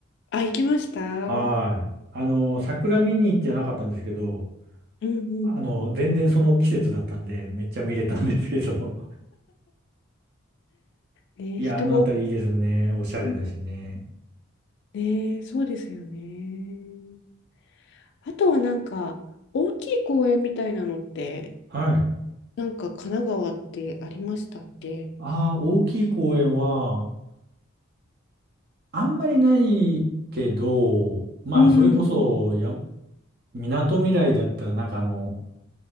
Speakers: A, on the left (about 55°); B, on the right (about 50°).
A: あ、行きましたうん
B: はい。あの、桜見に行ってなかったんですけど、
A: うん。
B: あの、全然その季節だったんで、めっちゃ見れたんですけど。
A: ね、
B: いや、
A: 人が多く、
B: あのあたりいいですね。おしゃれだしね。
A: うんね、そうですよね。あとはなんか、大きい公園みたいなのって、
B: はい。
A: なんか神奈川ってありましたって。
B: ああ、大きい公園は、あんまりないけど、まあ、
A: うん。
B: それこそ、や、みなとみらいだったら、なんかあの、